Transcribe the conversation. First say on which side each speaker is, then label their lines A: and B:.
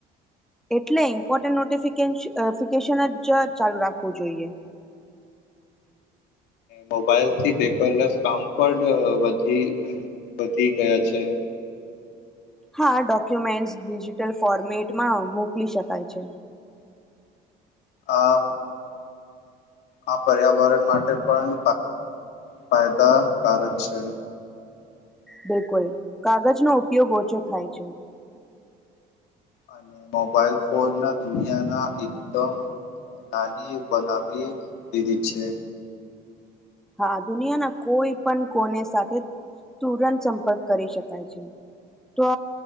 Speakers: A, in the centre; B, on the left.
A: એટલે ઇમ્પોર્ટન્ટ નોટિફિકેશન્સ નોટિફિકેશન જ ચાલુ રાખવું જોઈએ.
B: મોબાઈલ થી પેપરલેસ કામ પણ વધી વધી ગયા છે.
A: હા ડોક્યુમેન્ટ્સ ડિજિટલ ફોર્મેટમાં મોકલી શકાય છે.
B: આ આ પર્યાવરણ માટે પણ ફાયદાકારક છે.
A: બિલકુલ કાગજનો ઉપયોગ ઓછો થાય છે.
B: અને મોબાઈલ ફોન ના દુનિયાના એકદમ નાની બનાવી દીધી છે.
A: હા દુનિયાના કોઈ પણ કોને સાથે તુરંત સંપર્ક કરી શકાય છે. તો